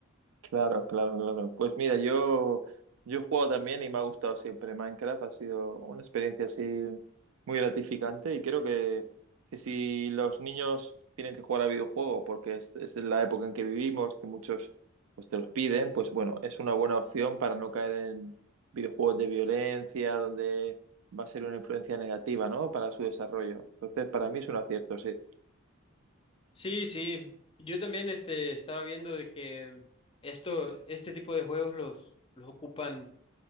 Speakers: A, on the right; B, on the left.
A: Claro, claro, claro. Pues mira, yo, yo he jugado también y me ha gustado siempre Minecraft. Ha sido una experiencia así muy gratificante y creo que, que si los niños tienen que jugar a videojuegos porque es, es la época en que vivimos, que muchos pues, te los piden, pues bueno, es una buena opción para no caer en videojuegos de violencia, donde va a ser una influencia negativa, ¿no? Para su desarrollo. Entonces, para mí es un acierto, sí.
B: Sí, sí. Yo también, este, estaba viendo de que esto, este tipo de juegos los, los ocupan